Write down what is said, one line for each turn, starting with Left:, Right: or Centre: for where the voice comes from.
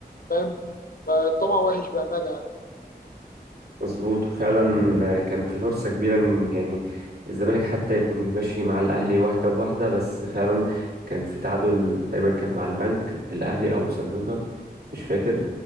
Left: فاهم فالطمع وحش بامانه يعني.
Right: مظبوط وفعلا كان في فرصة كبيرة إن يعني الزمالك حتى يكون ماشي مع الأهلي واحدة بواحدة بس فعلا كان في تعادل تقريبا كان مع البنك الأهلي أو سيراميكا مش فاكر